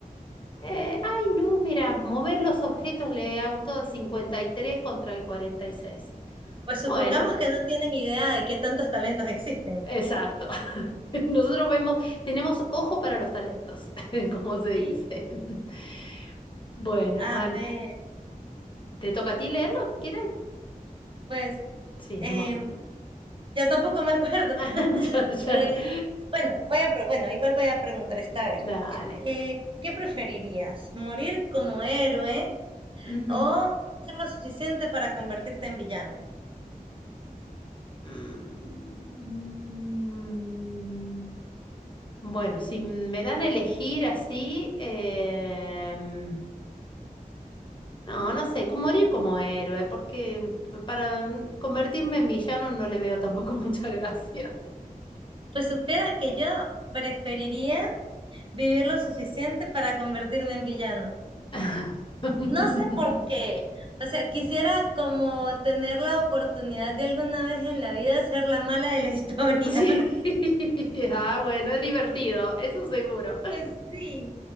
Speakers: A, on the left; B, on the right.
A: Eh, ay, no, mira, mover los objetos le ha gustado el 53 contra el 46.
B: Pues supongamos
A: Bueno,
B: que no tienen idea de qué tantos talentos existen.
A: exacto. <laughs> Nosotros vemos, tenemos ojo para los talentos, <laughs> como se dice.
B: Sí.
A: <laughs> Bueno,
B: A
A: An,
B: ver,
A: ¿te toca a ti leerlo? ¿Quieres?
B: pues
A: Sí,
B: em,
A: no me acuerdo.
B: yo tampoco me acuerdo.
A: <laughs>
B: <laughs>
A: O sea, ya-
B: Eh, bueno, voy a, pre- bueno, igual voy a preguntar esta vez.
A: Dale.
B: Eh, ¿qué preferirías? ¿Morir como héroe?
A: Ujú.
B: o tener lo suficiente para convertirte en villano.
A: Mm, Bueno, si me dan a elegir así, em, no, no sé, como morir como héroe, porque para mm, convertirme en villano no le veo tampoco mucha gracia.
B: Pues supieras que yo preferiría vivir lo suficiente para convertirme en villano.
A: <laughs>
B: No sé por qué. O sea, quisiera como tener la oportunidad de alguna vez en la vida ser la mala de la historia.
A: Sí,
B: <laughs>
A: <laughs> ah, bueno, es divertido, eso seguro.
B: Pues sí.